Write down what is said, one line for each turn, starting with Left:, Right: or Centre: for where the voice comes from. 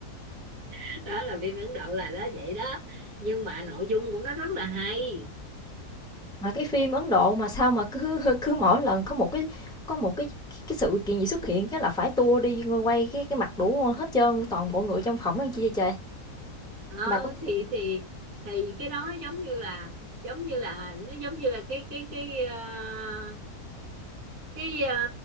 Right: <laughs> đó là phim Ấn Độ là đó vậy đó nhưng mà nội dung của nó rất là hay
Centre: mà cái phim Ấn Độ mà sao mà cứ <laughs> cứ mỗi lần có một cái có một cái cái sự kiện gì xuất hiện cái là phải tua đi quay cái cái mặt đủ hết trơn, toàn bộ người trong phòng đó làm chi vậy trời?
Right: Ờ,
Centre: Bà có
Right: thì thì thì cái đó giống như là giống như là nó giống như là cái cái cái ờ, cái, ờ,